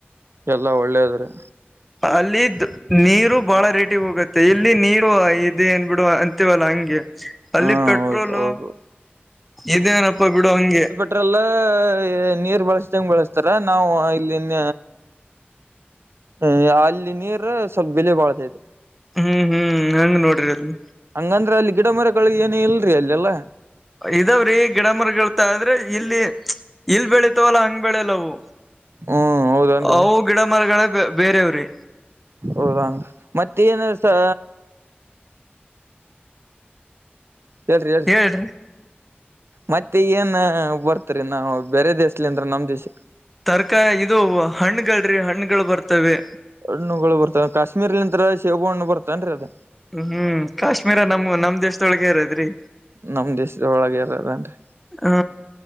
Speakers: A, on the right (about 85°); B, in the centre.
A: ಎಲ್ಲಾ ಒಳ್ಳೇದ್ ರೀ
B: ಅಲ್ಲಿ ನೀರು ಬಾಳ ರೇಟಿಗೆ ಹೋಗುತ್ತೆ ಇಲ್ಲಿ ನೀರು ಇದೆನ್ಬಿಡು ಅಂತೀವಾಲ್ಲ ಹಂಗೆ ಅಲ್ಲಿ
A: ಹಾ
B: ಪೆಟ್ರೋಲು
A: ಹೌದು ಹೌದು
B: ಇದೇನಪ್ಪ ಬಿಡು ಹಂಗೆ
A: ಟ್ರೋಲ್ಲ ನೀರ್ ಬಳಸ್ದಂಗ ಬಳಸ್ತಾರ ನಾವು ಇಲ್ಲಿನ್ ಹ್ಮ್ ಅಲ್ಲಿ ನೀರು ಸ್ವಲ್ಪ ಬೆಲೆ ಬಾಳ್ತೈತ್ ರೀ.
B: ಹ್ಮ್ ಹ್ಮ್ ಹಂಗ್ ನೋಡ್ರಿ ಅಲ್ಲಿ
A: ಹಂಗಂದ್ರೆ ಅಲ್ಲಿ ಗಿಡ ಮರಗಳಿಗೆ ಏನು ಇಲ್ರರಿ ಅಲ್ಲೆಲ್ಲಾ.
B: ಇದಾವ್ರೀ ಗಿಡ ಮರಗಳತ್ತ್ ಆದ್ರೆ ಇಲ್ಲಿ. ಇಲ್ ಬೆಳಿತವಲ್ಲಾ ಹಂಗ್ ಬೆಳೆಯಲ್ಲ ಅವು
A: ಹ್ಮ್ ಹೌದನ್ರಿ
B: ಅವು ಗಿಡ ಮರಗಳೇ ಬೇರೆವ್ ರೀ
A: ಹೌದಾಂಗ ಮತ್ತೆ ಏನೋ ಸ ಹೇಳಿರಿ ಹೇಳರಿ
B: ಹೇಳ್ರಿ
A: ಮತ್ತೆ ಏನ್ ಬರ್ತರಿ ನಾವು ಬೇರೆ ದೇಶಲಿ ಅಂದ್ರ ನಮ್ ದೇಶಕ್ಕ
B: ತರಕಾರ್ ಇದು ಹಣ್ಣುಗಳು ರೀ ಹಣ್ಣುಗಳು ಬರ್ತವ್ ರೀ
A: ಹಣ್ಣುಗಳು ಬರ್ತಾವ್ ಕಾಶ್ಮೀರ್ಲಿಂತ್ರರ ಶೇಬೂ ಹಣ್ಣು ಬರ್ತನ್ರೀ ಅದು.
B: ಹ್ಮ್ ಕಾಶ್ಮೀರ ನಮ್ಮ್ ನಮ್ಮ ದೇಶದೊಳಗೆ ಇರೋದ್ ರೀ
A: ನಮ್ ದೇಶದ ಒಳಗೆ ಇರೋದ್ ಎನ್ರೀ
B: ಹ್ಮ